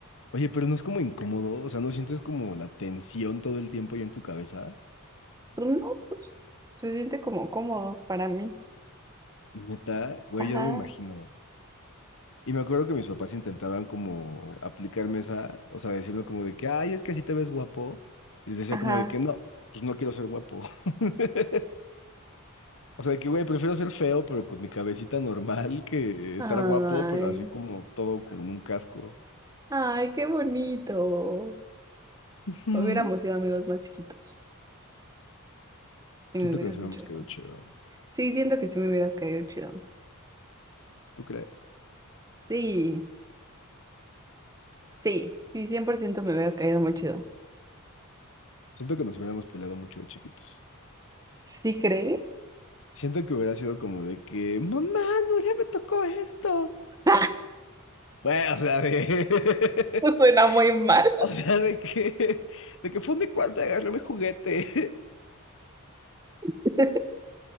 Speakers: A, on the left; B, on the right.
A: Oye, pero no es como incómodo, o sea, no sientes como la tensión todo el tiempo ya en tu cabeza.
B: Pero no, pues se siente como cómodo para mí.
A: Neta, güey,
B: Ajá,
A: yo no me imagino. Y me acuerdo que mis papás intentaban como aplicarme esa, o sea, decirme como de que, ay, es que así te ves guapo. Y les decía
B: ajá.
A: como de que no, pues no quiero ser guapo. <laughs> O sea, de que, güey, prefiero ser feo, pero con mi cabecita normal, que estar
B: Ay,
A: guapo, pero así como todo con un casco.
B: ay, qué bonito.
A: Ujú.
B: Hubiéramos sido amigos más chiquitos. si me
A: Siento
B: hubieras
A: que nos hubiéramos
B: dicho eso.
A: quedado chido.
B: Sí, siento que sí me hubieras caído chido.
A: ¿Tú crees?
B: Sí, sí, sí, 100% me hubieras caído muy chido.
A: Siento que nos hubiéramos peleado mucho de chiquitos.
B: ¿Sí crees?
A: Siento que hubiera sido como de que, mamá, no, ya me tocó esto.
B: <laughs>
A: Bueno, o sea, de...
B: Suena
A: <laughs>
B: muy mal.
A: O sea, de que... De que fue a mi cuarto, agarré mi juguete.
B: <laughs>